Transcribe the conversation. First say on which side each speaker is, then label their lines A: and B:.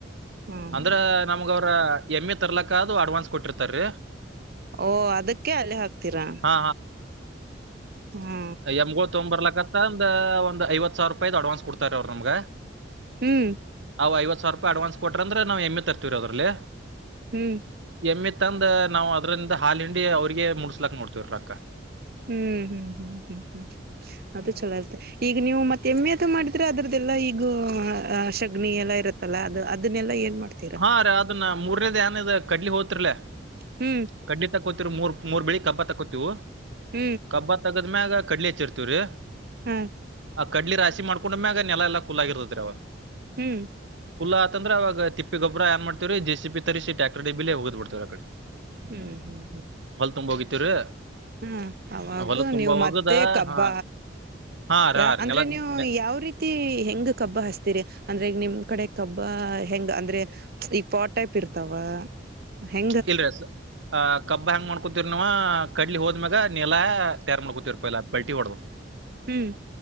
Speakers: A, on the right; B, on the right.
A: ಹ್ಮ
B: ಅಂದ್ರ ನಮಗ ಅವ್ರ. ಎಮ್ಮೆ ತರ್ಲಕ್ಕ ಅದು ಅಡ್ವಾನ್ಸ್ ಕೊಟ್ಟಿರ್ತಾರೀ.
A: ಓ ಅದಕ್ಕೆ ಅಲ್ಲೆ ಹಾಕ್ತೀರಾ
B: ಹಾ
A: ಹ್ಮ.
B: ಎಮ್ಗಳ ತೊಂಬ ಬರ್ಲಕ್ಕತ್ತಂದ ಒಂದ್ ಐವತ್ ಸಾವಿರ ರೂಪಾಯಿದ ಅಡ್ವಾನ್ಸ್ ಕೊಡ್ತಾರ ಅವ್ರು ನಮ್ಗ.
A: ಹ್ಮ್
B: ಅವು ಐವತ್ ಸಾವಿರ ರೂಪಯಿ ಅಡ್ವಾನ್ಸ್ ಕೊಟ್ಟ್ರಂದ್ರ ನಾವ್ ಎಮ್ಮಿ ತರ್ತಿವಿರದ್ರಲ್ಲಿ.
A: ಹ್ಮ್
B: ಎಮ್ಮಿತ್ಂದ ನಾವು ಅದ್ರಿಂದ ಹಾಲ ಹಿಂಡಿ ಅವ್ರಿಗೆ ಮುಟ್ಸ್ಲಾಕ್ ನೋಡ್ತೀವ್ರಿ ರಕ್ಕ.
A: ಹ್ಮ್ ಹ್ಮ್ ಹ್ಮ್ ಹ್ಮ್ ಹ್ಮ್ ಅದು ಚಲೋ ಇರ್ತೆ ಈಗ. ಈಗ ನೀವು ಮತ್ತೆ ಎಮ್ಮೆದ ಮಾಡಿದ್ರ ಅದ್ರದ್ದೆಲ್ಲ ಈಗ ಅ ಶಗ್ನಿ ಎಲ್ಲಾ ಇರುತ್ತಲ್ಲ ಅದು ಅದನ್ನೆಲ್ಲ ಏನ್ ಮಾಡ್ತ
B: ಹಾ ರ ಅದನ್ನ ಮೂರನೇದ ಯಾನದ ಕಡ್ಲಿ ಹೋತ್ರಿಲ.
A: ಹ್ಮ್
B: ಕಡ್ಲಿ ತಗೋತಿರು ಮೂರ್ ಮೂರ್ ಬೆಳಿ ಕಬ್ಬ ತಕ್ಕೊತಿವು.
A: ಹ್ಮ್
B: ಕಬ್ಬ ತಗದ್ಮ್ಯಾಗ ಕಡ್ಲಿ ಹೆಚ್ಚಿರ್ತೀವ್ರೀ.
A: ಹಾ
B: ಆ ಕಡ್ಲಿ ರಾಶಿ ಮಾಡ್ಕೊಂಡ್ಮ್ಯ ಆಗ ನೆ ಎಲ್ಲಾ ಕುಲ್ ಆಗರ್ತದೀ ಅವ್
A: ಹ್ಮ್
B: ಕುುಲ್ಲಾ ಅಂತಂದ್ರೆ ಅವಾಗ ತಿಪ್ಪ ಗೊಬರ ಏನ್ ಮಾಡ್ತವ್ರ ಜೆ ಸಿ ಬಿ ತರಿಸ ಟ್ಯಾಕ್ಟರ್ ಡಿ ಬಿಿ ಹೋಗದ್ ಬಿಡ್ತವ್ರ ಆ ಕಡೆ
A: ಹ್ಮ್ ಹ್ಮ್
B: ಹೊಲ ತುಂಬ ಹೋಗಿತ್ತೀವ್ರಿ
A: ಹ್ಮ ಅವಾಗ
B: ಹೊಲ ತುಂಬ
A: ನೀವು
B: ಹೋಗದ
A: ಮತ್ತೆ ಕಬ್ಬ
B: ಹಾ ಹಾ ರೀ
A: ಯ
B: ಹಾ ರೀ
A: ಅಂದ್ರೆ
B: ನೆಲ
A: ನೀವು
B: ನೆ-
A: ಯಾವ ರೀತಿ ಹೆಂಗ್ ಕಬ್ಬ ಹಸ್ತೀರಿ ಅಂದ್ರೆ ನಿಮ್ ಕಡೆ ಕಬ್ಬ ಹೆಂಗ ಅಂದ್ರೆ ಈ ಪಾ ಟೈಪ್ ಇರ್ತಾವ ಹೆ
B: ಇಲ್ರ ಆ ಕಬ್ಬ ಹೆಂಗ್ ಮಾಡ್ಕೊತಿರ ನವ ಕಡ್ಲಿ ಹೋದ್ಮ್ಯಾಗ ನೆಾ ತೇರ್ ಮಾಡ್ಕೂತಿರ್ಪಯಿಲ್ಲ ಅ ಪಲ್ಟಿ ಹೊಡದು
A: ಹ್ಮ್